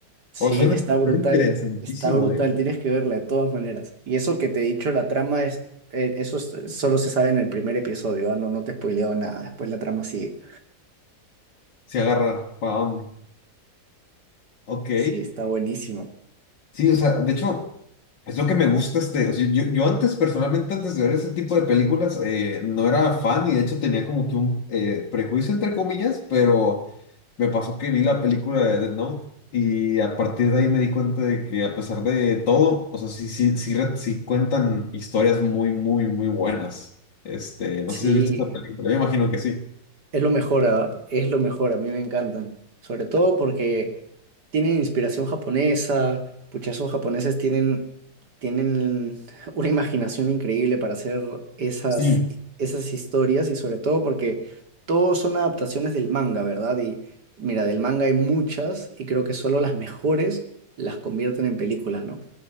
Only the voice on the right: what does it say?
Sí,
está brutal,
está brutal,
tienes que verla de todas maneras. Y eso que te he dicho, la trama es, eh, eso es- solo se sabe en el primer episodio, ah, No, no te he spoileado nada, después la trama sigue.
Sí, está buenísimo.
Sí,
Es lo mejor, ah, Es lo mejor, a mí me encantan. Sobre todo porque tienen inspiración japonesa, pucha, esos japoneses tienen, tienen <laughs> una imaginación increíble para hacer esas,
esas historias y sobre todo porque todos son adaptaciones del manga, ¿verdad? Y mira, del manga hay muchas y creo que solo las mejores las convierten en películas, ¿no?